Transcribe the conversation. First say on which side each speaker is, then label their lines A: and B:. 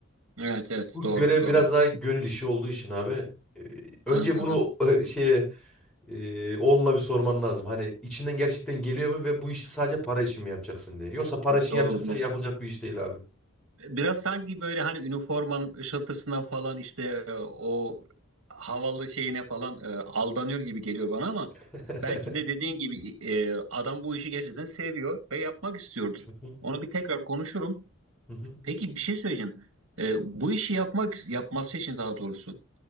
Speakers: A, on the right; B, in the centre.
A: Evet evet
B: Bu
A: doğru
B: görev
A: doğru
B: biraz
A: haklısın.
B: daha gönül işi olduğu için abi. e, Önce
A: Anladım.
B: bunu e, şeye e, oğluna bir sorman lazım. Hani içinden gerçekten geliyor mu ve bu işi sadece para için mi yapacaksın diye. Yoksa para için
A: Doğru
B: yapacaksa
A: doğru.
B: yapılacak bir iş değil abi.
A: Biraz sanki böyle hani üniformanın ışıltısına falan işte e, o havalı şeyine falan e, aldanıyor gibi geliyor bana ama
B: <laughs>
A: belki de dediğin gibi e, adam bu işi gerçekten seviyor ve yapmak istiyordur.
B: Hı hı,
A: Onu bir tekrar konuşurum.
B: hı hı,
A: Peki bir şey söyleyeceğim. E, bu işi yapmak yapması için daha doğrusu